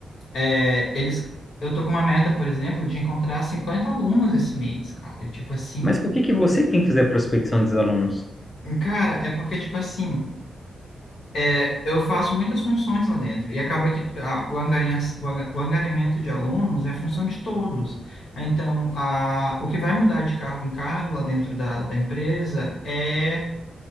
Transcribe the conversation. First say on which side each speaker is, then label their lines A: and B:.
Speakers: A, on the left; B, on the left.
A: É, eles, eu tô com uma meta, por exemplo, de encontrar 50 alunos esse mês, cara. E, Tipo assim,
B: Mas por que que você tem que fazer a prospecção dos alunos?
A: cara, é porque, tipo assim, é, eu faço muitas funções lá dentro e acaba que a- o, angarinha- o anga- o angariamento de alunos é função de todos. Então, a, o que vai mudar de cargo em cargo lá dentro da, da empresa é,